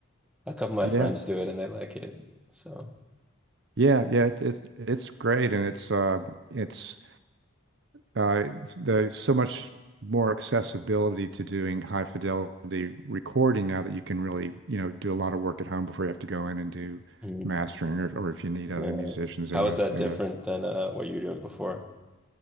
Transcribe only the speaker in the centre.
a couple of my
friends do it and they like it. So,
Mm,
yeah.
How
is
that
different
than uh what you were doing before?